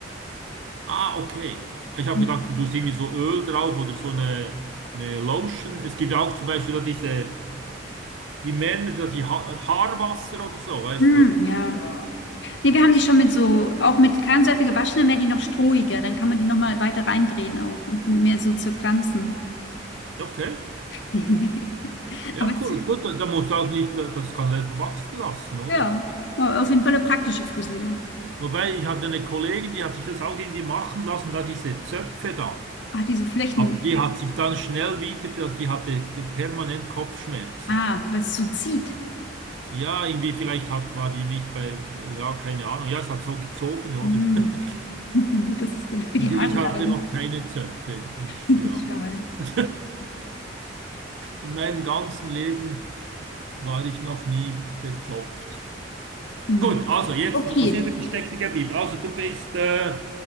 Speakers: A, on the right; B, on the left.
A: Ah, okay. Ich habe
B: Mhm.
A: gedacht, du tust irgendwie so Öl drauf oder so eine, eine Lotion. Es gibt auch zum Beispiel da diese, die Männer, da die ha Haarwasser oder so, weißt
B: Mm,
A: du.
B: ja. Ja. Nee, wir haben die schon mit so, auch mit Kernseife gewaschen, dann werden die noch strohiger, dann kann man die nochmal weiter reindrehen auch und mehr so zerfransen.
A: Okay.
B: Ja. <laughs>
A: Ja,
B: Aber es-
A: cool. Gut, da, da musst du auch nicht, da- das kannst du einfach wachsen lassen, oder?
B: ja, war auf jeden Fall eine praktische Frisur.
A: Wobei, ich hatte eine Kollegin, die hat sich das auch irgendwie machen lassen, da diese Zöpfe da.
B: Ah, diese Flächen,
A: Aber die hat sich dann schnell wieder, die hatte permanent Kopfschmerzen.
B: ah, was so zieht.
A: Ja, irgendwie vielleicht hat, war die nicht bei, ja, keine Ahnung. Ja, es hat so gezogen, oder?
B: Mm.
A: <laughs>
B: <laughs> Das ist dann für
A: Also
B: die Haare
A: ich
B: leiden.
A: hatte noch keine Zöpfe. Ich,
B: <laughs>
A: ja.
B: Schade.
A: <laughs> In meinem ganzen Leben war ich noch nie bezopft.
B: Mhm.
A: Gut, also jetzt,
B: Okay,
A: wo sind wir stecken geblieben? Also du bist äh,